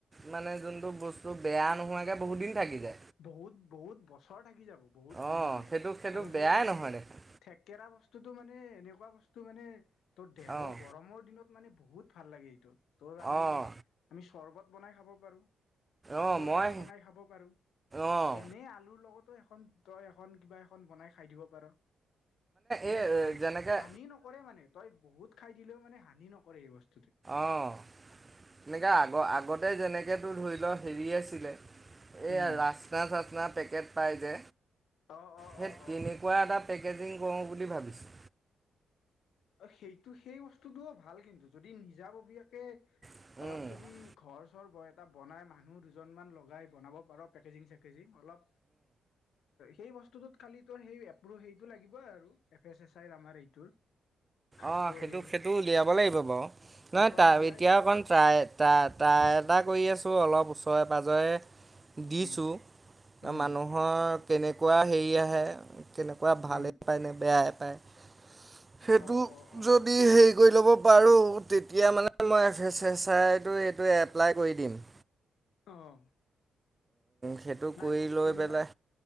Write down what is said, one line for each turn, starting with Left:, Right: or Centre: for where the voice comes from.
Right: মানে যোনটো বস্তু বেয়া নোহোৱাকৈ বহুত দিন থাকি যায়।
Left: বহুত, বহুত বছৰ থাকি যাব। বহুত দিন
Right: অঁ
Left: মানে
Right: সেইটো সেইটো
Left: আৰু
Right: বেয়াই
Left: সেই বস্তুটোত
Right: নহয় দেখোন
Left: থেকেৰা বস্তু টো মানে এনেকুৱা বস্তু মানে, তোৰ দেহৰ
Right: অঁ
Left: গৰমৰ দিনত মানে বহুত ভাল লাগে এইটো। তৰ আমি
Right: অঁ
Left: আমি চৰ্বত বনাই খাব পাৰো, মাছৰ
Right: অঁ মই
Left: টেঙা বনাই খাব পাৰো।
Right: অঁ
Left: এনে আলুৰ লগতো এখন, তই এখন কিবা এখন বনাই খাই দিব পাৰ। মানে
Right: এই
Left: হান
Right: যেনেকৈ
Left: হানি নকৰে মানে তই বহুত খাই দিলেও মানে হানি নকৰে এই বস্তু
Right: অ' তেনেকে আগ আগতে যেনেকেতো ধৰি লও হেৰি আছিলে। এইয়া
Left: উম
Right: ৰাচনা- চাচনা পেকেট পাই যে
Left: অ অ
Right: সেই
Left: অ
Right: তেনেকুৱা
Left: অ
Right: এটা পেকেজিং কৰো বুলি ভাবিছো।
Left: অ' সেইটো সেই বস্তুটোও ভাল কিন্তু যদি নিজাববীয়াকে
Right: ভাবিছোঁ
Left: অলপ যদি ঘৰ-চৰ ব এটা বনাই মানুহ দুজনমান লগাই বনাব পাৰ, কেটেৰিং-চেটেৰিং অলপ সেই বস্তুটোত খালি তোৰ সেই এপ্ৰ সেইটো লাগিব আৰু এফ এছ এছ আই আমাৰ এইটোৰ। খাদ্য
Right: অ' সেইটো
Left: সেই
Right: সেইটো উলিয়াব লাগিব বাৰু
Left: সেইখন
Right: নহ তাৰ
Left: উলিয়াই
Right: এতিয়া
Left: ল
Right: অকণ তাই ত তাই তাক কৰি আছো অলপ ওচৰে পাঁজৰে দিছো
Left: উম উম
Right: মানুহৰ কেনেকুৱা হেৰি আহে কেনেকুৱা ভালেই
Left: উম
Right: পায়নে, বেয়াই পায়। সেইটো
Left: অ অ অ
Right: যদি সেই কৰি ল'ব পাৰো তেতিয়া মানে মই এফ এছ এছ আইটো এইটো এপ্লাই কৰি দিম।
Left: অহ।
Right: সেইটো
Left: নাই
Right: কৰি
Left: বস্তু
Right: লৈ
Left: বিলাক
Right: পেলাই